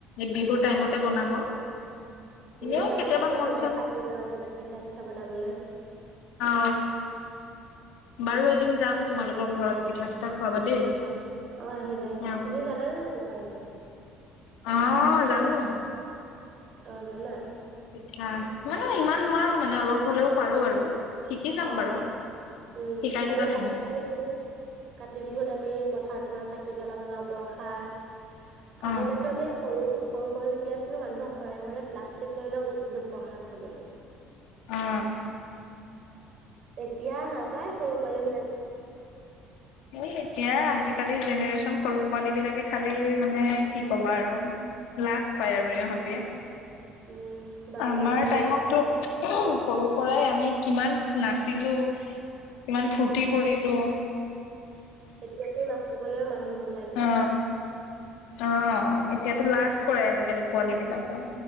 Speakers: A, on the left; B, on the right.
A: এই বিহুৰ টাইমতে
B: অ
A: বনাব
B: বিহুৰ
A: এনেও
B: টাইমতো
A: কেতিয়াবা মন
B: ময়ে
A: চন
B: থাকি যাওঁ এইবিলাক পিঠা চিঠা বনাবলৈ
A: অ বাৰু এদিন যাম তোমালোকৰ ঘৰত পিঠা চিঠা খুৱাবা দেই
B: আহিবা অ আহিবা আহিবা
A: অ
B: তুমি জানানে হয় নাই
A: অহ জানো
B: অ জানা
A: আচছা <unintelligible> মানে ইমান নোৱাৰো মানে অলপ হ'লেও পাৰো আৰু শিকি যাম
B: অ
A: বাৰু
B: উম
A: শিকাই দিবা
B: আৰু
A: তুমি।
B: কাতি বিহু কাতি বিহুত আমি পথাৰত পুৰা চাকি জ্বলাব যাওঁ প্ৰসাদ
A: অ
B: আগতেতো আমি সৰু সৰু সৰু যে আছিলে মানুহক ঘৰে ঘৰে প্লাষ্টিক লৈ লৈ গৈছে আমি প্ৰসাদ খাবলৈ
A: অহ
B: এক। এতিয়া নাযায় সৰু পোৱালী বিলাক
A: এ এতিয়া আজিকালি জেনেৰেচন সৰু পোৱালী বিলাকে খালি মানে কি ক'বা আৰু লাছ পায় আৰু ইহঁতে।
B: উম বাৰ্গাৰ
A: আমাৰ
B: চিনি
A: টাইমটতো
B: পাই
A: সৰু পৰাই আমি কিমান নাচিলো। কিমান ফূৰ্তি কৰিলো।
B: এতিয়াটো দিবলৈও মানুহ নোলাই বেছি।
A: অ। অ এতিয়াতো লাজ কৰে আজিকালি পোৱালী বিলাকে।